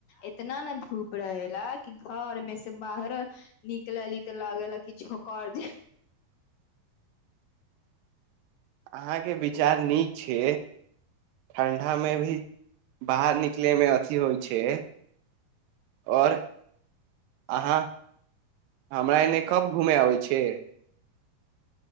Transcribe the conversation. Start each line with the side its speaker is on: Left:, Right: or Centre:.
Left: इतना ने धूप रहेला कि घर मे से बाहरो निकलली तऽ लागे ला कि झोकड़ दे
Right: अहाँके विचार नीक छै ठण्डामे भी बाहर निकलैमे अथी होइ छै आओर अहाँ हमरा एने कब घूमय अबै छै